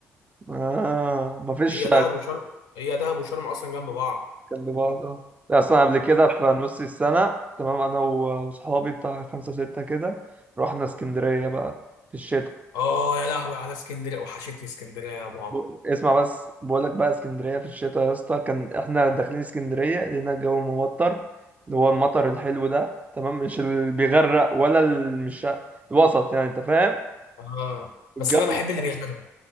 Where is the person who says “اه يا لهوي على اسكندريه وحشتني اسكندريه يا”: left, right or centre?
Left